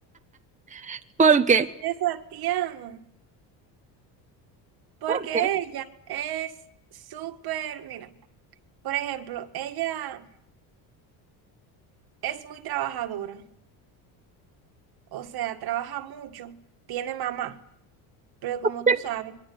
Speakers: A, on the right (about 15°); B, on the right (about 60°).
A: <laughs> ¿por qué?
B: Mi princesa Tiana. Porque
A: ¿Por qué?
B: ella es súper, mira, por ejemplo, ella es muy trabajadora. O sea, trabaja mucho, tiene mamá. Pero como
A: <laughs>
B: tú sabes,